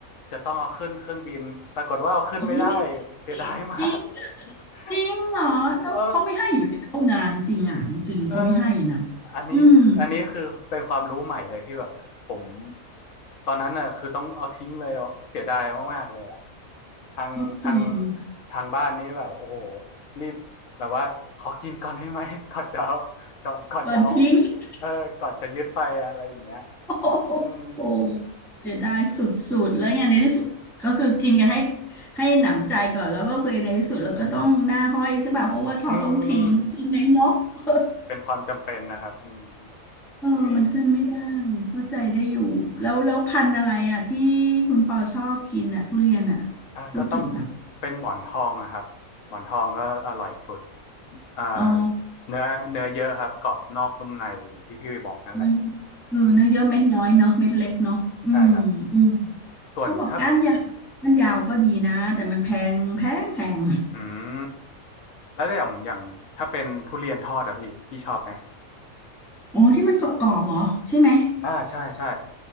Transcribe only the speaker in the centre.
โอ้ย
จริง จริงเหรอแล้วเขาไม่ให้อยู่แล้วนะจริงอ่ะจริงเขาไม่ให้นะ
อืม
เขาจริง
โดนทิ้ง <laughs>
โอ้โหโอ้โห
เสียดายสุดๆแล้วไงในที่สุดก็คือกินกันให้ให้หนำใจก่อนแล้วก็เคือในที่สุดเราก็ต้องหน้าห้อยใช่ป่ะเพราะว่าเขาต้องทิ้งใช่ไหมเนาะ
<laughs>
เออมันขึ้นไม่ได้
เข้าใจได้อยู่แล้วแล้วพันธุ์อะไรอ่ะที่คุณปอชอบกินอ่ะทุเรียนอ่ะ
พูดถึงอ่ะ
อ๋อ
เนื้อเออเนื้อเยอะเม็ดน้อยเนาะเม็ดเล็กเนาะอืมอืม
เขาบอกก้านยาวก้านยาวก็ดีนะแต่มันแพงแพงแพง
อ๋อที่มันกรอบๆเหรอใช่ไหม